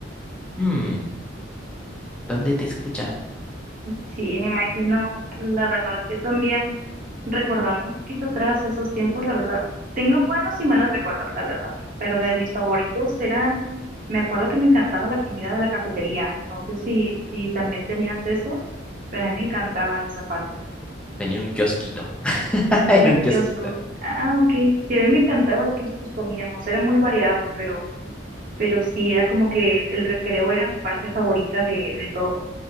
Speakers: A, in the centre; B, on the right.
A: hmm, ¿Dónde te he escuchado?
B: Sí, me imagino. La verdad, yo también. recordando un poquito atrás esos tiempos, la verdad, tengo buenos y malos recuerdos, la verdad, pero de mis favoritos eran, me acuerdo que me encantaba la comida de la cafetería, no sé si, si también tenías eso, pero a mí me encantaba esa parte,
A: Tenía un kiosquito. <laughs> Era
B: un
A: un kiosquito.
B: kiosco, ah, ok, sí, a mí me encantaba lo que nosotros comíamos, era muy variado, pero, pero sí, era como que el recreo era mi parte favorita de, de todo.